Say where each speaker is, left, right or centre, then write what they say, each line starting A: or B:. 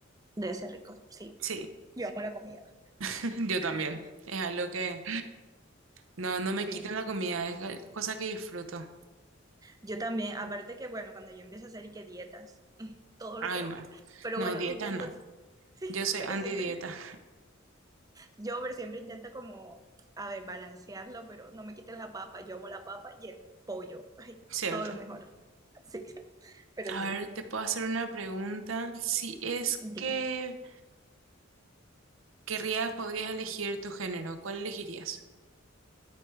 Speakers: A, on the right (about 20°); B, on the right (about 75°).
A: debe ser rico, sí.
B: Sí,
A: Yo amo la comida,
B: <laughs> yo también.
A: sí, sí.
B: Es algo que no, no me
A: Sí,
B: quiten la comida, es cosa que disfruto.
A: Yo también, aparte que, bueno, cuando yo empiezo a hacer y que dietas, <laughs> todo
B: Ay,
A: lo peor.
B: no.
A: Pero
B: No,
A: bueno,
B: dietas
A: intento,
B: no.
A: <laughs> sí,
B: Yo soy
A: pero
B: antidieta,
A: siempre, in- yo pero siempre intento como, a ver, balancearlo, pero no me quiten la papa, yo amo la papa y el pollo, ay,
B: <laughs> ¿cierto?
A: todo lo mejor, <laughs> sí, pero
B: A
A: sí.
B: ver, te puedo hacer una pregunta. Si es
A: sí.
B: que querrías, podrías elegir tu género, ¿cuál elegirías?